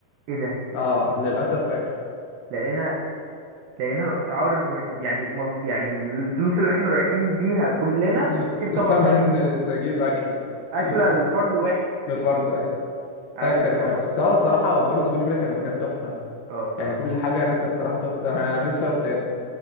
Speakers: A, on the right; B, on the left.
A: ايه ده
B: اه للأسف فاكر
A: لقينا لقينا الاسعار م... يعني مز... يعني الفلوس اللي احنا رايحين بيها كلنا
B: <laughs>
A: في طبق
B: تمن
A: واحد
B: تجيب أكلة <laughs>
A: اكله
B: تجيب
A: الفرد واحد
B: لفرد أيوة
A: آه...
B: فاكر
A: إن
B: الحوار
A: انا
B: ده بس هو الصراحة برضه بيني وبينك كان مكان تحفة
A: اه الصراحه
B: يعني كل حاجة هناك كانت صراحة تحفة أنا أنا نفسي أروح تاني